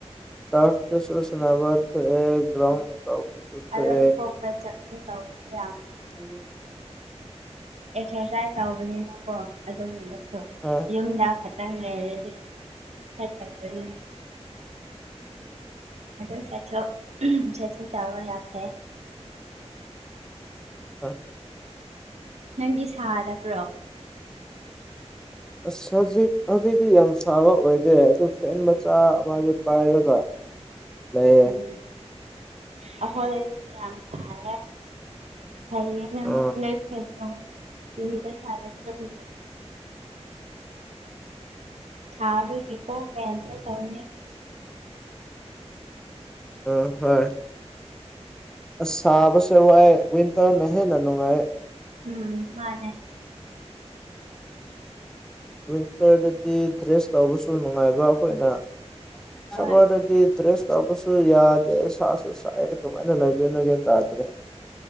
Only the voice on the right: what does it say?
<unintelligible>
ꯑꯗꯨꯝ ꯊꯣꯛꯄ ꯆꯠꯅꯤꯡ ꯇꯧꯕꯁꯤ ꯌꯥꯝ <unintelligible>
ꯑꯦꯛꯁꯔꯁꯥꯏꯁ ꯇꯧꯕꯅꯤꯅꯀꯣ ꯑꯗꯨꯒꯨꯝꯕꯁꯨ
ꯌꯨꯝꯗ ꯈꯛꯇꯪ ꯂꯩꯔꯗꯤ ꯐꯠꯇꯕꯅꯤꯅꯦ ꯑꯗꯨꯝ ꯆꯠꯊꯣꯛ ꯎꯝ ꯆꯠꯁꯤꯟ ꯇꯧꯕ ꯌꯥꯝ ꯐꯩ
ꯅꯪꯗꯤ ꯁꯥꯗꯕ꯭ꯔꯣ
<inaudible>
ꯎꯝ ꯑꯩꯈꯣꯏꯗꯗꯤ ꯁꯦ ꯌꯥꯝ ꯁꯥꯏꯌꯦ ꯐꯩꯌꯦ ꯅꯪ
ꯑꫭꯏ ꯅꯣꯏ ꯐꯩ <unintelligible> ꯗꯦꯜꯍꯤꯗ ꯁꯥꯔꯛꯀꯗꯨꯕꯤꯁꯦ ꯁꯥꯕꯩꯅꯦꯀꯣ ꯐꯦꯟꯗ ꯇꯧꯏꯅꯦ
ꯎꯝ ꯃꯥꯅꯦ
ꯍꯣꯏ